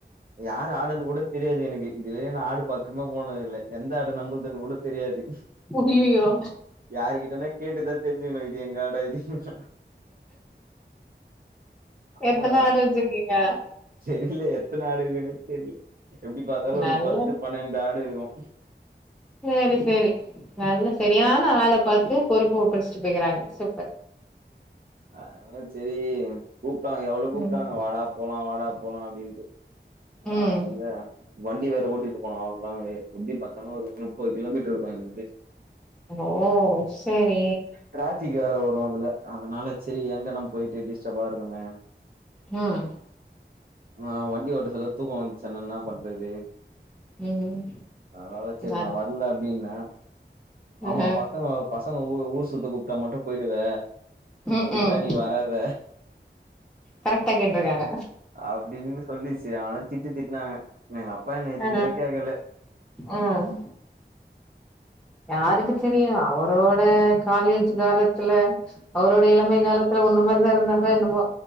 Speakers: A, on the right; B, in the centre.
A: யாரு ஆடுன் கூட தெரியாது எனக்கு இது வரியு நா ஆடு பக்கமே போனதில்ல எந்த ஆடு நம்பல்துன் கூட தெரியாது
B: அய்யய்யோ
A: யாரு கிட்டனா கேட்டுதா தெரிஞ்சிக்னு இது எங்காடா இது எங்காடா
B: எத்தன
A: ஆமா
B: ஆடு வச்சிருக்கீங்க
A: தெர்ல எத்தன ஆடு இருக்குனே தெரில எப்டி பாத்தாலு
B: நல்லது
A: ஒரு பத்து பன்னெண்டு ஆடு இருக்கு
B: சேரி சேரி நல்ல செரியான ஆள பாத்து பொறுப்ப ஒப்டச்சிட்டு போய்க்கறாங்க சூ
A: ஆ செரி கூப்ட்டாங்க எவ்ளோ கூப்ட்டாங்க
B: ம்
A: வாடா போலா வாடா போலா அப்டின்ட்டு நா
B: ம்
A: எங்க வண்டி வேற ஓட்டிட்டு போனு அவ்ளோ லாங்கு எப்டி பாத்தாலு ஒரு முப்பது கிலோ மீட்டர் <unintelligible>
B: ஓ செரி
A: டிராபிக் வேற வரு அதுல அதனால செரி ஏங்க நம் போயிட்டு டிஸ்டர்பா இருக்குமே
B: அ
A: ஆ வண்டி ஓட்டசொல்ல தூக்கோ வந்ச்சு என்னன்னா பண்றது
B: ம்
A: அதனால செரி
B: அது
A: நா வர்ல அப் டின்ன
B: ம்
A: ஆமா பசங்க பசங்க ஊர் ஊர் சுத்த கூப்ட்டா மட்டு போயிடுவ
B: ம்
A: இதுக்குலா
B: ம்
A: நீ வராத
B: கரெக்டா கேட்ருக்காங்க
A: அப்டின்னு சொல்லி செரியான திட்டு திட்னாங்க என்ன எங்க அப்பா என்ன எதுவுமே
B: அ
A: கேக்கல
B: ம் யாருக்கு தெரியு அவர் அவரோட காலேஜ் காலத்துல அவரோட இளமை காலத்துல உன்ன மாரிதா இருந்தாரா என்னமோ